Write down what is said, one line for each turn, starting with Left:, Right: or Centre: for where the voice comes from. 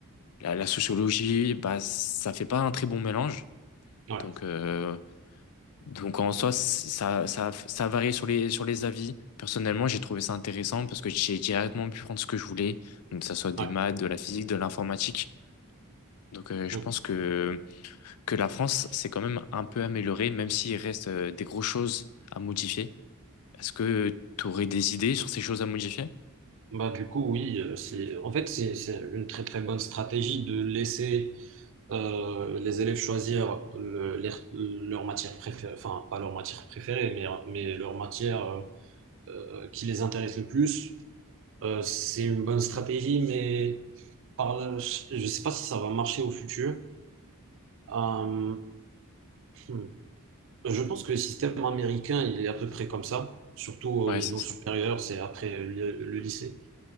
Left: la, la sociologie, bah ça fait pas un très bon mélange.
Right: Ouais.
Left: Donc euh, donc en soi c- ça ça ça varie sur les sur les avis. Personnellement, j'ai trouvé ça intéressant parce que j'ai directement pu prendre ce que je voulais, donc que ça soit des
Right: Ouais.
Left: maths, de la physique, de l'informatique. Donc euh, je
Right: Mhm.
Left: pense que que la France s'est quand même un peu améliorée, même s'il reste euh, des grosses choses à modifier. Est-ce que tu aurais des idées sur ces choses à modifier?
Right: Bah, du coup, oui, euh, c'est, en fait, c'est c'est une très très bonne stratégie de laisser euh, les élèves choisir le- les- leur matière préférée, enfin pas leur matière préférée, mais, mais leur matière euh, euh, qui les intéresse le plus. Euh, c'est une bonne stratégie, mais par la- je ne sais pas si ça va marcher au futur. Euh, hmm. je pense que le système américain, il est à peu près comme ça, surtout au
Left: Ouais,
Right: niveau
Left: c'est ça.
Right: supérieur, c'est après le, le lycée.